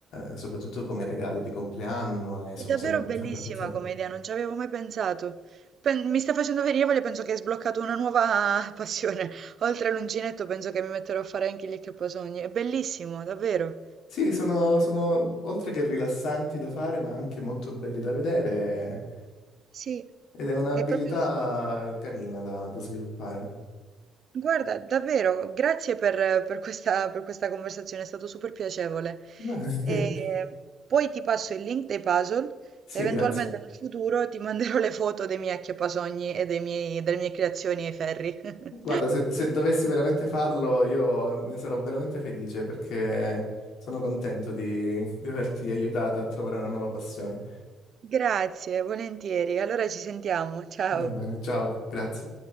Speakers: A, on the left; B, on the right.
A: eh, soprattutto come regali di compleanno e sono
B: È davvero
A: sem-
B: bellissima
A: sempre apprezzati.
B: come idea, non ci avevo mai pensato. Pen- mi sta facendo venire voglia, penso che hai sbloccato una nuova <laughs> passione. Oltre all'uncinetto, penso che mi metterò a fare anche gli accaposogni. È bellissimo, davvero.
A: Sì, sono, sono oltre che rilassanti da fare, ma anche molto belli da vedere
B: Sì,
A: ed è un'abilità
B: è proprio...
A: carina da, da sviluppare.
B: Guarda, davvero, grazie per, per questa, per questa conversazione, è stato super piacevole.
A: <laughs>
B: E poi ti passo il link dei puzzle.
A: Sì,
B: Eventualmente
A: grazie.
B: nel futuro ti manderò le foto dei miei acchiappasogni e dei miei- delle mie creazioni ai ferri. <laughs>
A: Guarda, se, se dovessi veramente farlo, io ne sarò veramente felice perché sono contento di, di averti aiutata a trovare una nuova passione.
B: Grazie, volentieri. Allora ci sentiamo. Ciao.
A: Va bene, ciao, grazie.